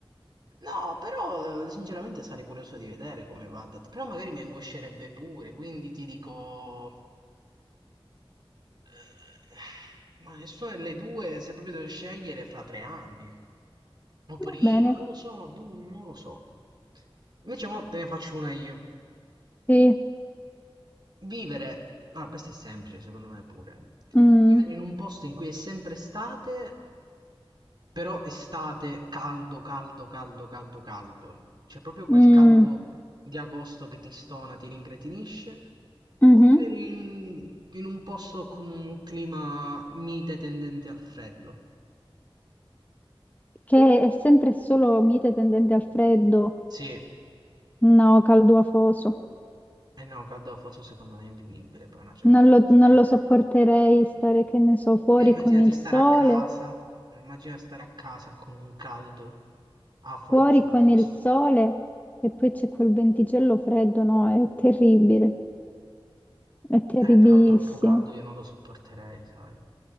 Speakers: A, on the right (about 50°); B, on the left (about 15°).
A: No, però, sinceramente, sarei curioso di vedere come va. Però magari mi angoscerebbe pure, quindi ti dico... Eh, Ma nessuna delle due, se proprio devo scegliere, fra tre anni. O prima,
B: Va bene,
A: non lo so, boh, non lo so. Invece mo te ne faccio una io.
B: sì.
A: Vivere, ah, questo è semplice secondo me pure.
B: Mm,
A: Vivere in un posto in cui è sempre estate, però estate caldo, caldo, caldo, caldo, caldo. Cioè proprio quel
B: mm,
A: caldo di agosto che ti stona, ti rincretinisce.
B: mhm.
A: O vivere in, in un posto con un clima mite tendente al freddo.
B: Che è sempre solo mite tendente al freddo,
A: Sì, eh
B: no, caldo afoso.
A: no, Caldofo secondo me è invivibile, poi una certa
B: Non lo,
A: ricerca.
B: non lo sopporterei stare, che ne so, fuori
A: Te immaginati
B: con il
A: stare
B: sole,
A: a casa, immagina stare a casa con un caldo a fosso,
B: fuori con
A: di list-
B: il sole e poi c'è quel venticello freddo, no? È terribile, è terribilissimo.
A: Eh, però troppo caldo io non lo sopporterei, sai.